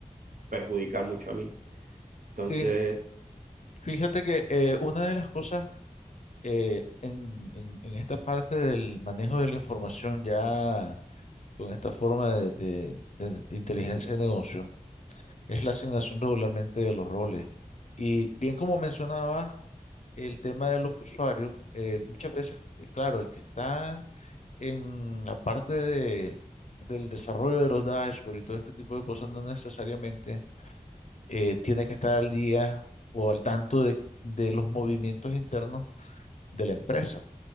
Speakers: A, on the right; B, on the left.
A: perjudicar mucho a mí. Entonces,
B: Sí. Fíjate que eh, una de las cosas eh, en, en- en esta parte del manejo de la información ya con esta forma de de- de inteligencia de negocio. Es la asignación regularmente de los roles. Y bien como mencionaba el tema de los usuarios, eh, muchas veces, eh, claro, el que está en la parte de, del desarrollo de los dashboards y todo este tipo de cosas no necesariamente eh, tiene que estar al día o al tanto de, de los movimientos internos de la empresa.